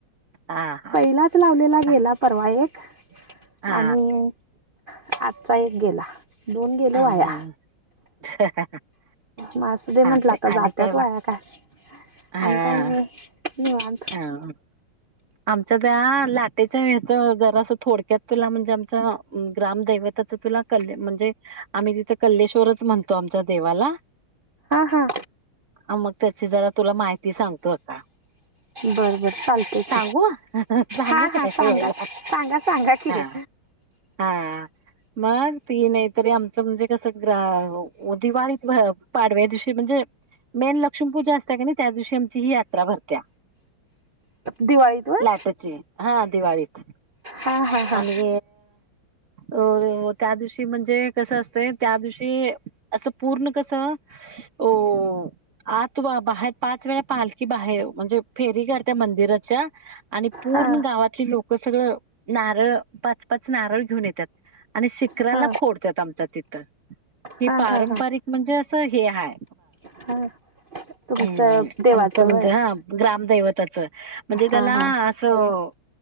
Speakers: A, on the right; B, on the right.
A: हा हा
B: पहिलाच लावलेला
A: चा
B: गेला परवा एक
A: हा
B: आणि आजचा एक गेला दोन गेले
A: अं,
B: वाया
A: <inaudible>
B: म असं दे
A: हा
B: म्हंटलं
A: ते
B: आता
A: आणि
B: जाते
A: काय बा
B: त वाया काय
A: हा
B: आणि काय नाही धन्यवाद
A: ह आमच्या त्या लाटेच्या हच जरा अस थोडक्यात तुला म्हणजे आमच ग्रामदैवता त्याच तुला क म्हणजे आम्ही तिथे कल्लेश्वरच म्हणतो आमच्या देवाला
B: हा हां
A: ह मग त्याची जरा तुला माहिती सांगतो का
B: बर बर चालत
A: सांगू सांगू
B: हा हा
A: काय
B: सांगा
A: वेळेला
B: सांगा सांगा क
A: हा हा मग तनयत तरी आमचं म्हणजे कसं ग्र दिवाळीत पाडव्या दिवशी म्हणजे मेन लक्ष्मीपूजा असत क नाही त्या दिवशी आमची ही यात्रा भरत्या
B: दिवाळीत होय
A: लाटेची हा दिवाळीत
B: हा हा हा
A: आणि अ त्या दिवशी म्हणजे कसं असतंय त्या दिवशी असं पूर्ण कसं हो आत व बाहेर पाच वेळा पालखी बाहेर म्हणजे फेरी करते मंदिर मंदिराच्या आणि पूर्ण
B: हा
A: गावातली लोक सगळं नारळ पाच पाच नारळ घेऊन येतात. आणि शिखराला
B: हा
A: फोडतात आमच्या तिथं. हे
B: हा
A: पारंपरिक
B: हा हा
A: म्हणजे असं हे हाय.
B: हा तुमचं
A: हम्म
B: देवाचं
A: आमचं म्हणजे
B: होय
A: हा ग्रामदैवताचं. म्हणजे त्याला
B: हा हा
A: असं